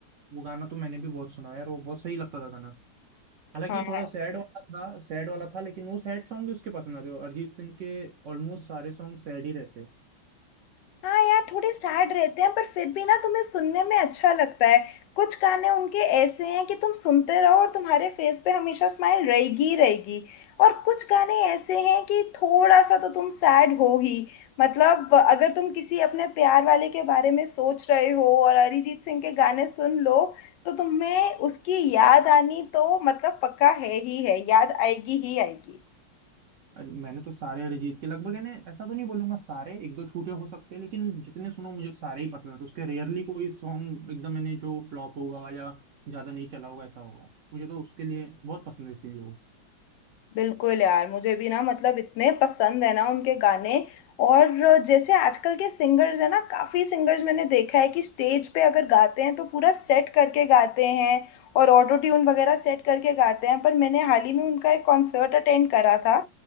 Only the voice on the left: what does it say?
हाँ
हाँ यार थोड़े सैड रहते हैं पर फिर भी ना तुम्हें सुनने में अच्छा लगता है कुछ गाने उनके ऐसे हैं कि तुम सुनते रहो और तुम्हारे फेस पे हमेशा स्माइल रहेगी ही रहेगी और कुछ गाने ऐसे हैं कि थोड़ा सा तो तुम सैड हो ही मतलब अगर तुम किसी अपने प्यार वाले के बारे में सोच रहे हो और अरिजीत सिंह के गाने सुन लो तो तुम्हें उसकी याद आनी तो मतलब पक्का है ही है याद आएगी ही आएगी
बिल्कुल यार मुझे भी ना मतलब इतने पसंद है ना उनके गाने और जैसे आजकल के सिंगर्स है ना काफी सिंगर्स मैंने देखा है कि स्टेज पे अगर गाते हैं तो पूरा सेट करके गाते हैं और ऑटो ट्यून वगैरह सेट करके गाते हैं पर मैंने हाल ही में उनका एक कॉन्सर्ट अटेंड करा था